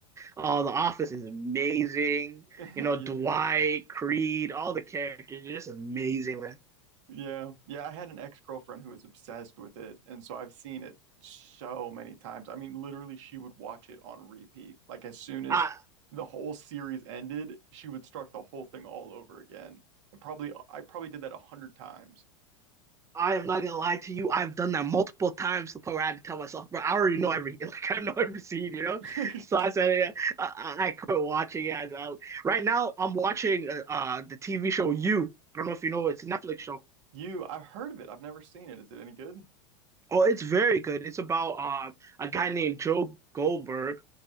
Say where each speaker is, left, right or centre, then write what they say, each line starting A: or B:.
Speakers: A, on the right; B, on the right.
A: Oh, The Office is amazing.
B: <laughs>
A: You know,
B: Yeah.
A: Dwight, Creed, all the characters are just amazing, man.
B: Yeah. Yeah. I had an ex-girlfriend who was obsessed with it. And so I've seen it so many times. I mean, literally, she would watch it on repeat. Like, as soon as
A: I,
B: the whole series ended, she would start the whole thing all over again. And probably, I probably did that a hundred times.
A: I am not gonna lie to you. I've done that multiple times to the point where I had to tell myself, bro, I already know every <laughs> like I know every scene, you know.
B: <laughs>
A: So I said, yeah, I, I quit watching. Yeah, I, I- right now I'm watching uh, uh the TV show You. I don't know if you know, it's a Netflix show.
B: You, I've heard of it. I've never seen it. Is it any good?
A: Oh, it's very good. It's about uh, a guy named Joe Goldberg,